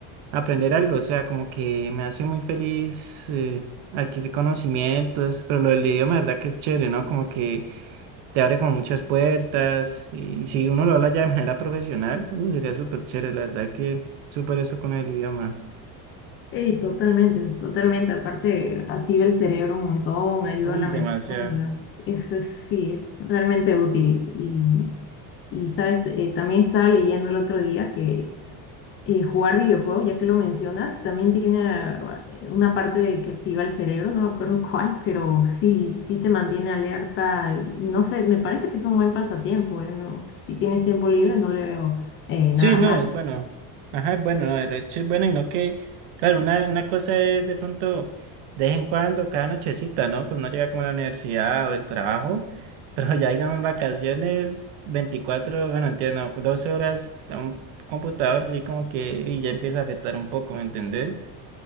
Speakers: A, on the right; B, on the left.
A: aprender algo, o sea, como que me hace muy feliz eh, adquirir conocimientos, pero lo del idioma, verdad que es chévere, ¿no? Como que te abre como muchas puertas y si uno lo habla ya de manera profesional, uh, sería súper chévere, la verdad que súper eso con el idioma.
B: Ey, totalmente, totalmente. Aparte, activa el cerebro un montón, ayuda
A: Uy,
B: a la
A: demasiado.
B: memoria. Eso es- sí, es realmente útil. Y, y sabes, Eh, también estaba leyendo el otro día que eh, jugar videojuegos, ya que lo mencionas, también tiene ah, eh, una parte que activa el cerebro, no me acuerdo <laughs> cuál, pero sí, sí te mantiene alerta. y no sé, me parece que es un buen pasatiempo, ¿eh? No, si tienes tiempo libre, no le veo eh,
A: Sí,
B: nada
A: no,
B: mal.
A: es bueno. Ajá, es bueno, no, de hecho es bueno y no que, claro, una, una cosa es de pronto de vez en cuando, cada nochecita, ¿no? Pues no llega como a la universidad o el trabajo, <laughs> pero ya digamos en vacaciones, veinticuatro bueno, entiendo, 12 horas a un computador, sí, como que y ya empieza a afectar un poco, ¿me entendés?